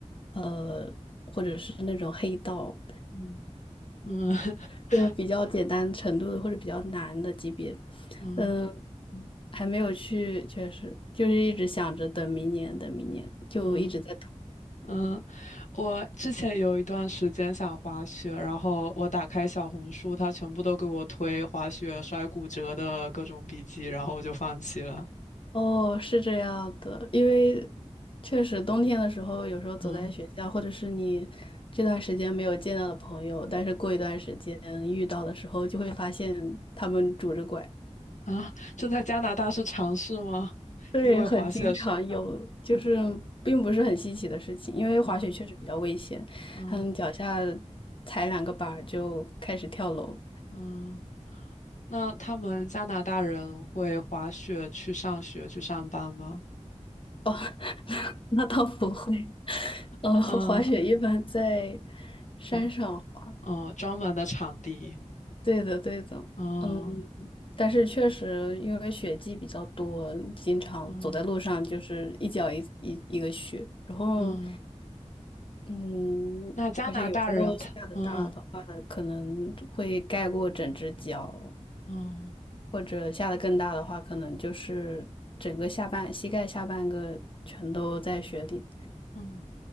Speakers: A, on the left; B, on the left.
A: 呃，或者是那种黑道，
B: 嗯嗯嗯 <laughs>
A: 就是比较简单程度的或者比较难的级别，
B: 嗯
A: 嗯，还没有去，确实就是一直想着等明年，等明年，就一直在拖。
B: 嗯嗯，我之前有一段时间想滑雪，然后我打开小红书，它全部都给我推滑雪摔骨折的各种笔记，然后我就放弃了。
A: 哦，是这样的，因为确实冬天的时候，有时候走在学校，
B: 嗯
A: 或者是你这段时间没有见到的朋友，但是过一段时间遇到的时候，就会发现他们拄着拐。
B: 啊，这在加拿大是常事吗？
A: 对，
B: 因为滑雪是
A: 很经常有，就是并不是很稀奇的事情，因为滑雪确实比较危险，
B: 嗯嗯
A: 嗯，脚下踩两个板儿就开始跳楼。
B: 嗯。那他们加拿大人会滑雪去上学去上班吗？
A: 哦，<laughs> 那倒不会，嗯，
B: 嗯
A: 滑雪一般在山上。
B: 嗯
A: 滑。
B: 嗯，专门的场地。
A: 对的，对的，
B: 嗯
A: 嗯，但是确实因为雪季比较多，经常走在路上就是一脚一一一个雪，
B: 嗯
A: 然后，
B: 嗯，
A: 嗯，
B: 那加拿大人他嗯嗯
A: 而且有时候下的大的话，可能会盖过整只脚，
B: 嗯
A: 或者下的更大的话，可能就是整个下半膝盖下半个全都在雪里。
B: 嗯，